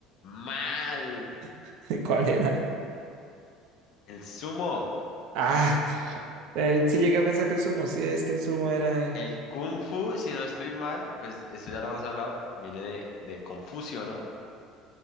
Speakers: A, on the left; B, on the right.
A: Mal.
B: <laughs> ¿Cuál era?
A: El sumo.
B: Ah, eh, sí llegué a pensar que el sumo. Sí, es que el sumo era
A: El Kung Fu, si no estoy mal, pues esto ya lo hemos hablado, viene de, de Confucio, ¿no?